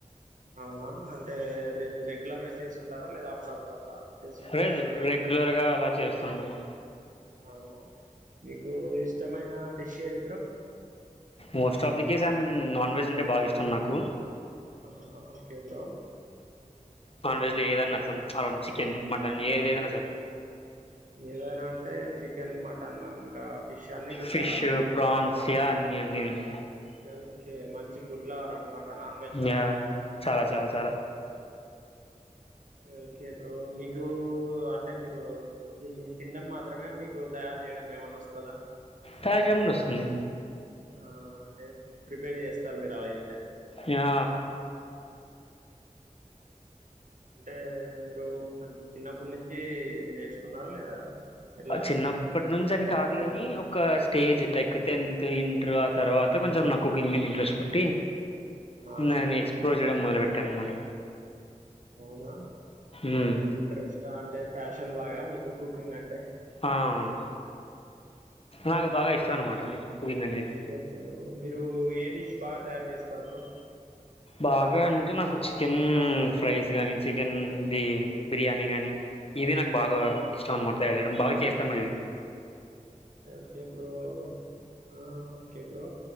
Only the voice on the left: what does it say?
లేదు రెగ్యులర్ గా అలా చేస్తుండకూడదు
most of the case I'm non వెజ్ంటే బాగా ఇష్టం నాకు
నాన్ వెజ్ లో ఏదన్నా సం అరౌండ్ చికెన్ మటన్ ఏదేదన్నా సరే
ఫిష్
ప్రాన్స్ యా అన్ని అం న్నీ తిన్
యా చాలా చాలా చాలా
తాజాగా కూడా వస్తుంది
యా
చిన్నప్పటి నుంచి అని
కాదు
గాని ఒక స్టేజ్ లైక్ ఒక టెన్త్ ఇంటర్ ఆ తర్వాత కొంచెం నాకు కుకింగ్ మీద ఇంట్రెస్ట్ పుట్టి
న నెన్ ఎక్స్ప్లోర్ చేయడం మొదలు పెట్టా అనమాట
మ్మ్
ఆ అవును నాకు
బాగా ఇష్టం అనమాట అది కుకింగ్ అనేది
బాగా అంటే నాకు చికెన్ ఫ్రైస్ గానీ చికెన్ది బిర్యానీ కానీ ఇవి నాకు బాగా ఇష్టం అనమాట తయారు చేయడం బాగా చేస్తాను అది